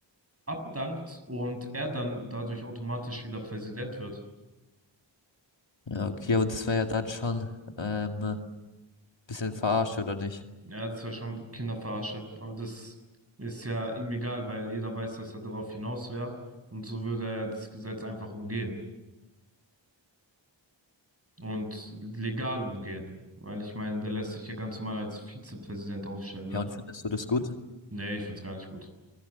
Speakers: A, on the right (about 30°); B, on the left (about 75°).
A: abdankt und er dann dadurch automatisch wieder Präsident wird.
B: Ja, okay, aber das wäre ja dann schon ähm, bisschen verarscht, oder nicht?
A: Ja, das wäre schon Kinderverarsche. Aber das ist ja ihm egal, weil jeder weiß, dass er darauf hinaus wäre. Und so würde er das Gesetz einfach umgehen. Und legal umgehen. Weil ich meine, der lässt sich ja ganz normal als Vizepräsident aufstellen dann.
B: Ja, und findest du das gut?
A: Nee, ich find's gar nicht gut.